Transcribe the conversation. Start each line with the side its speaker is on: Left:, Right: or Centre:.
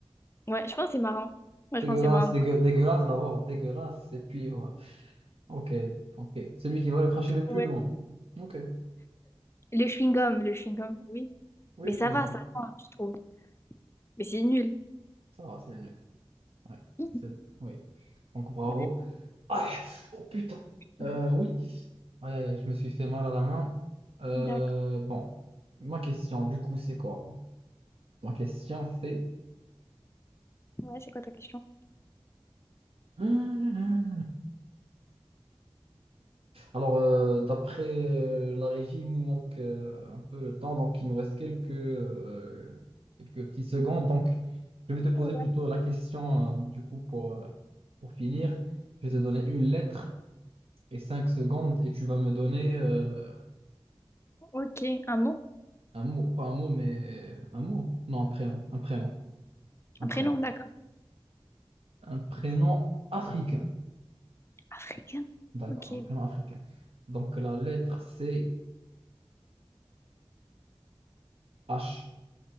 Left: Ouais, je pense que c'est marrant. Moi,
Right: Dégueulasse,
Left: je pense que c'est marrant.
Right: dégueu- dégueulasse d'abord, dégueulasse. Et puis, voilà. Ok, ok. Celui qui va le cracher le plus
Left: Ouais.
Right: loin. Ok.
Left: Le chewing-gum, le chewing-gum, oui.
Right: Oui,
Left: Mais
Right: le
Left: ça
Right: chewing.
Left: va, ça va, je trouve. Mais c'est nul.
Right: Ça va, c'est mieux. Ouais,
Left: Hum,
Right: c'est- oui. Donc bravo.
Left: t'as vu?
Right: Ah, oh putain.
Left: Hum,
Right: Euh, oui. Aïe, aïe, aïe, je me suis fait mal à la main. Euh,
Left: D'accord.
Right: bon, ma question, du coup, c'est quoi? Ma question, c'est
Left: Ouais, c'est quoi ta question?
Right: Alors, euh, d'après euh, la régie, il nous manque euh, un peu le temps, donc il nous reste quelques, euh, quelques petites secondes. Donc, je vais te poser
Left: Ouais.
Right: plutôt la question, euh, du coup, pour, euh, pour finir. Je vais te donner une lettre et cinq secondes, et tu vas me donner euh,
Left: Ok, un mot?
Right: un mot, pas un mot, mais un mot. Non, un prénom, un prénom, un
Left: Un
Right: prénom.
Left: prénom, d'accord.
Right: Un prénom africain.
Left: Africain.
Right: D'accord,
Left: Ok.
Right: un prénom africain. Donc, la lettre, c'est H.